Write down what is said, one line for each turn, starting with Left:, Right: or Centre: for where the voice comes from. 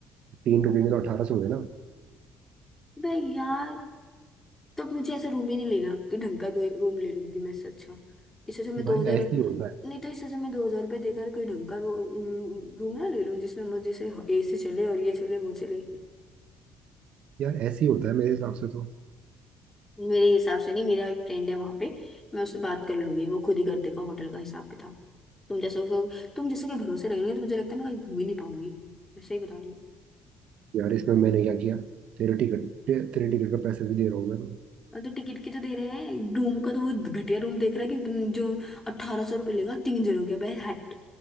Right: तीन रुकेंगे तो अठारह सौ हुए ना
Left: भाई यार तो मुझे ऐसा रूम ही नहीं लेना कि ढंग का रूम ले लूंगी मैं इससे अच्छा इससे अच्छा मैं दो
Right: भाई
Left: हजार
Right: ऐसे ही होता है
Left: नहीं तो इससे अच्छा मैं दो हजार रुपये देकर कोई ढंग का रूम ना ले लूँ जिसमें मुझे से एसी चले और ये चले वो चले
Right: यार ऐसे ही होता है मेरे हिसाब से तो
Left: मेरे हिसाब से नहीं मेरा एक फ्रेंड है वहां पे मैं उससे बात कर लूंगी वो खुद ही कर देगा होटल का हिसाब किताब तुम जैसे तुम जैसे के भरोसे रहोगे तो मुझे लगता है मैं कहीं घूम ही नहीं पाऊंगी मैं सही बता रही हूँ
Right: यार इसमें मैंने क्या किया तेरे टिकट ते, तेरे टिकट का पैसा भी दे रहा हूँ मैं तो
Left: और तो टिकट की तो दे रहे हैं रूम का तो वो घटिया रूम देख रहा है कि जो अट्ठारह सौ रुपये लेगा तीन जनों के भाई हट